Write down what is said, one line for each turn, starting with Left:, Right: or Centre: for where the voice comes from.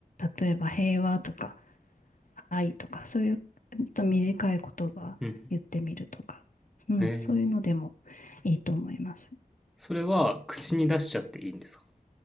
Left: 例えば平和とか愛とか、そういうちょっと短い言葉言ってみるとか、
Centre: うん。
Left: うん、
Centre: へえ。
Left: そういうのでもいいと思います。
Centre: それは口に出しちゃっていいんですか